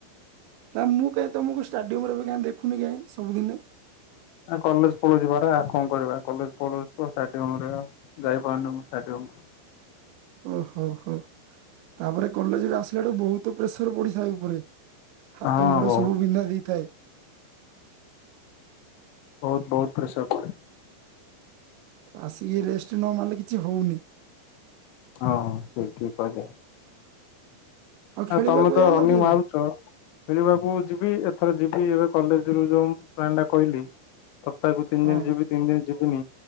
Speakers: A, on the right (about 80°); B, on the left (about 80°).
A: କାଇଁ ମୁଁ କାଇଁ ତମୁକୁ ଷ୍ଟାଡିୟମ୍ ରେ ଏବେ କାଇଁ ଦେଖୁନି କାଇଁ ସବୁଦିନେ?
B: ଆ କଲେଜ୍ ପଳୋଉଚି ପରା କଁ କରିବା କଲେଜ୍ ପଳୋଉଚି ତ ଷ୍ଟାଡିୟମ୍ ରେ ଯାଇ ପାହନି ମୁଁ ଷ୍ଟାଡିୟମ୍।
A: ଓହୋ ହୋ ହୋ ତାପରେ କଲେଜ୍ ରୁ ଆସିଲାଳୁ ବୋହୁତ୍ ପ୍ରେସର ପଡିଶା ଉପରେ। ହାତ
B: ହଁ
A: ଗୋଡ
B: ବହୁତ
A: ସବୁ ବିନ୍ଧା ଦେଇଥାଏ।
B: ବୋହୁତ୍ ବୋହୁତ୍ ପ୍ରେସର୍ ପଡେ।
A: ଆସିକି ରେଷ୍ଟେ ନମାରିଲେ କିଛି ହଉନି।
B: ହଁ ପୁରା ଠିକ କହିଲେ।
A: ଖେଳିବାକୁ
B: ଆଉ ତମେ ତ
A: ଯାଉନ
B: ରନି
A: କି
B: ମାରୁୁଚ
A: ଏବେ
B: ଖେଳିବାକୁ ଯିବି, ଏଥର ଯିବି ଏବେ କଲେଜ ରୁ ଯୋଉ ମୁଁ ପ୍ଲାନ୍ ଟା କହିଲି ସପ୍ତାହକୁ ତିନି
A: ହଁ
B: ଦିନ ଯିବି, ତିନି ଦିନ ଯିବିନି,